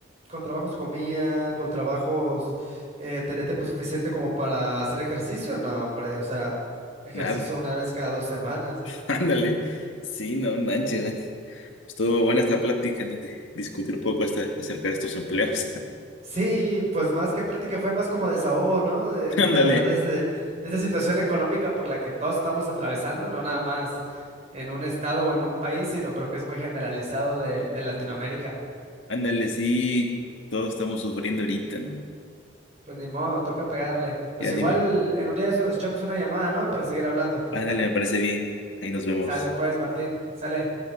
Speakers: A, on the right; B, on the left.
A: con trabajos comía, con trabajos eh, tenía tiempo suficiente como para hacer ejercicio, no, hombre, o sea, ejercicio
B: nada.
A: una vez cada dos semanas.
B: <laughs> Ándale. Sí, no manches. man. Estuvo buena esta plática, ¿no? De discutir un poco esta, acerca de estos empleos.
A: Sí, pues más que plática fue más como desahogo, ¿no? De,
B: <laughs> Ándale,
A: de hablar de, ese- de esa situación económica por la que todos estamos atravesando, no nada más en un estado o en un país, sino creo que es muy generalizado de, de Latinoamérica.
B: ándale, sí. Todos estamos sufriendo ahorita, ¿no?
A: Pues ni modo, toca pegarle. Pues
B: Y ánimo.
A: igual en un día de eso nos echamos una llamada, ¿no? Para seguir hablando.
B: Ándale, me parece bien. Ahí nos vemos.
A: Sale pues, Martín, sale.